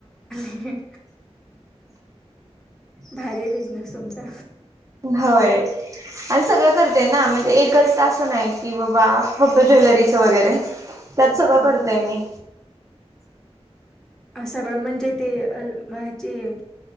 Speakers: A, in the centre; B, on the right.
A: ह भारी बिझनेस तुमचा
B: होय आणि सगळं करते ना म्हणजे एकच असं नाही की बाबा फक्त ज्वेलरीच वगैरे त्यात सगळं
A: हा
B: करतय
A: हा
B: मी
A: सगळं म्हणजे ते अ म्हचे